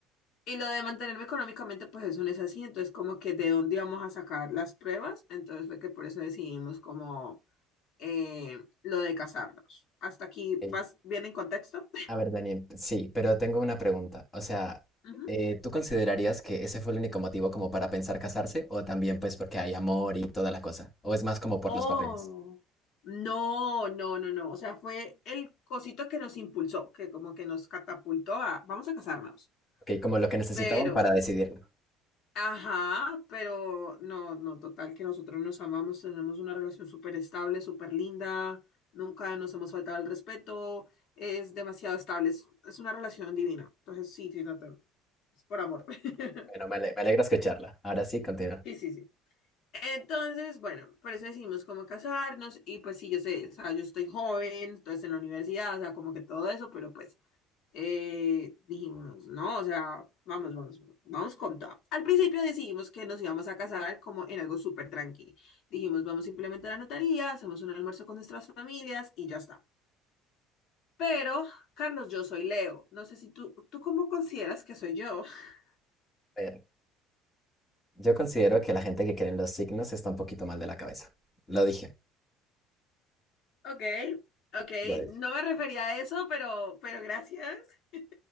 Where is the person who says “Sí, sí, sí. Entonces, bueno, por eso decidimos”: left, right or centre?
Left